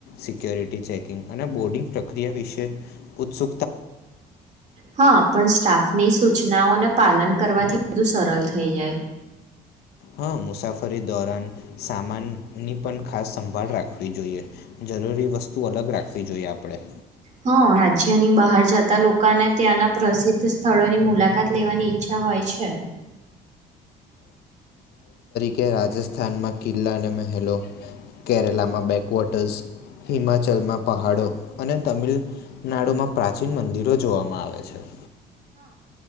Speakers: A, on the left; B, on the right.
A: સિક્યોરિટી ચેકિંગ અને બોર્ડિંગ પ્રક્રિયા વિશે ઉત્સુ
B: હા પણ સ્ટાફ ની સૂચનાઓને પાલન કરવાથી બધુ સરળ થઈ જાય
A: હા મુસાફરી દોરન સામાનની પણ ખાસ સંભાળ રાખવી જોઈએ જરૂરી વસ્તુ અલગ રાખવી જોઈએ આપણેે
B: હા રાજ્યની બહાર જતા લોકોને ત્યાંના પ્રસિદ્ધ સ્થળોની મુલાકાત લેવાની ઈચ્છા હોય છે
A: કે રાજસ્થાનમાં કિલ્લા અને મહેલો કેરલામાં બેકવોટર્સ હિમાચલમાં પહાડો અને તમિલનાડુમાં પ્રાચીન મંદિરો જોવામાં આવે છે અચ્છા